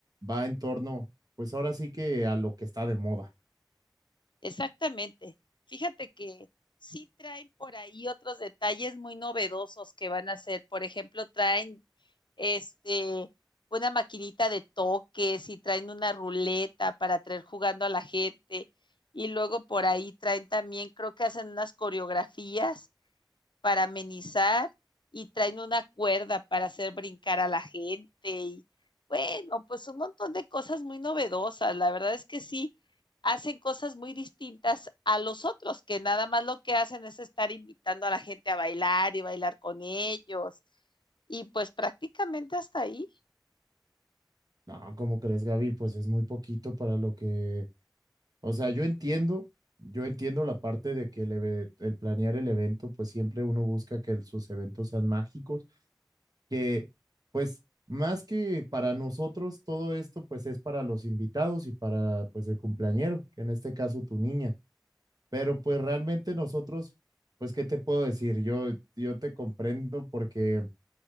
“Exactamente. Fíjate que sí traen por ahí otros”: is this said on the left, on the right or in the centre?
Left